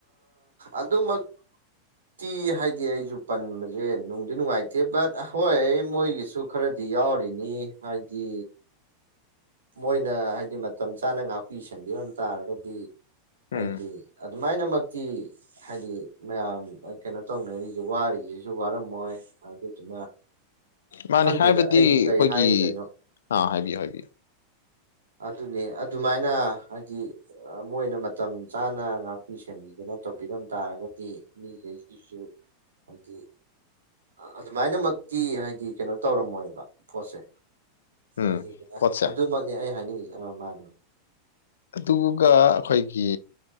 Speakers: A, on the right; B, on the left.
A: ꯑꯗꯨꯃꯛꯇꯤ ꯍꯥꯏꯗꯤ ꯑꯩꯁꯨ ꯄꯟꯕꯁꯦ ꯅꯨꯡꯗꯤ ꯅꯨꯡꯉꯥꯏꯇꯦ ꯕꯠ ꯍꯣꯏ ꯃꯣꯏꯒꯤꯁꯨ ꯈꯔꯗꯤ ꯌꯥꯎꯔꯤꯅꯤ ꯍꯥꯏꯗꯤ ꯃꯣꯏꯅ ꯍꯥꯏꯗꯤ ꯃꯇꯝ ꯆꯥꯅ ꯉꯥꯛꯄꯤ ꯁꯟꯕꯤꯔꯝ ꯇꯥꯔꯒꯗꯤ ꯍꯥꯏꯗꯤ
B: ꯎꯝ
A: ꯑꯗꯨꯃꯥꯏꯅꯃꯛꯇꯤ ꯍꯥꯏꯗꯤ ꯃꯌꯥꯝ ꯀꯩꯅꯣ ꯇꯧꯅꯔꯤꯁꯦ ꯋꯥꯔꯤꯔꯤꯁꯤꯁꯨ ꯋꯥꯔꯝꯃꯣꯏ ꯑꯗꯨꯗꯨꯅ
B: ꯃꯥꯅꯦ
A: ꯈꯪꯗꯦꯗ
B: ꯍꯥꯏꯕꯗꯤ
A: ꯑꯩꯁꯨ
B: ꯑꯩꯈꯣꯏꯒꯤ
A: ꯀꯔꯤ ꯍꯥꯏꯒꯗꯣꯏꯅꯣ
B: ꯑꯥ ꯍꯥꯏꯕꯤꯌꯨ ꯍꯥꯏꯕꯤꯌꯨ
A: ꯑꯗꯨꯅꯦ ꯑꯗꯨꯃꯥꯏꯅ ꯍꯥꯏꯗꯤ ꯃꯣꯏꯅ ꯃꯇꯝ ꯆꯥꯅ ꯉꯥꯛ ꯉꯥꯛꯄꯤ ꯁ ꯁꯦꯝꯕꯤꯗꯅ ꯇꯧꯕꯤꯔꯝ ꯇꯥꯔꯒꯗꯤ ꯃꯤꯈꯩꯁꯤꯁꯨ ꯍꯥꯏꯗꯤ ꯑꯗꯨꯃꯥꯏꯅꯃꯛꯇꯤ ꯍꯥꯏꯗꯤ ꯀꯩꯅꯣ ꯇꯧꯔꯝꯃꯣꯏꯕ ꯄꯣꯠꯁꯦ
B: ꯎꯝ
A: ꯑꯗꯨ
B: ꯄꯣꯠꯁꯦ
A: ꯑꯗꯨꯃꯛꯅꯦ ꯑꯩ ꯍꯥꯏꯅꯤꯡꯉꯁꯤꯦ ꯑ ꯃꯥꯅꯦ
B: ꯑꯗꯨꯒ ꯑꯩꯈꯣꯏꯒꯤ